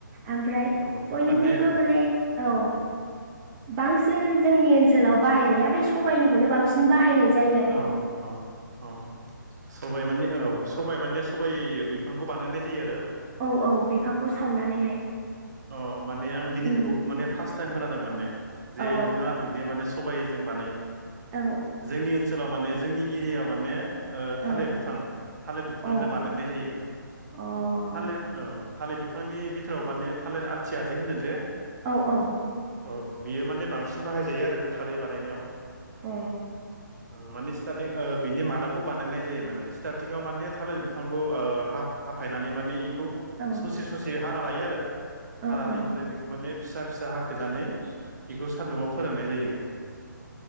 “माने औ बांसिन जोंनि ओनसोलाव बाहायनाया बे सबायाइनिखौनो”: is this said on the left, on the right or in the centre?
Right